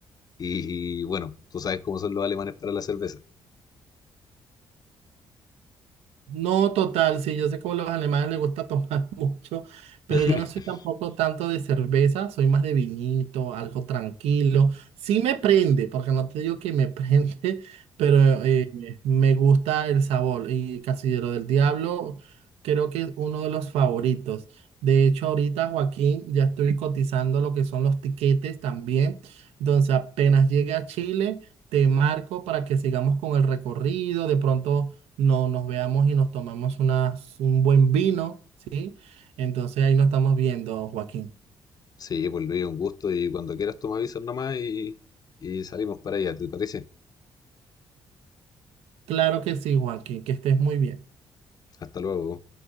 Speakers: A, on the left (about 40°); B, on the right (about 80°).
A: Y, bueno, tú sabes cómo son los alemanes para la cerveza.
B: No, total, sí, yo sé que a los alemanes les gusta tomar <laughs> mucho, pero
A: <laughs>
B: yo no soy tampoco tanto de cerveza, soy más de vinito, algo tranquilo. Sí me prende, porque no te digo que me <laughs> prende, pero eh, me gusta el sabor. Y Casillero del Diablo creo que es uno de los favoritos. De hecho, ahorita, Joaquín, ya estoy cotizando lo que son los tiquetes también. Entonces, apenas llegue a Chile, te marco para que sigamos con el recorrido, de pronto no, nos veamos y nos tomamos unas, un buen vino. Entonces ahí nos estamos viendo, Joaquín.
A: Sí, pues Luis, un gusto. Y cuando quieras, tú me avisas nomás y, y salimos para allá, ¿te parece?
B: Claro que sí, Joaquín, que estés muy bien.
A: Hasta luego.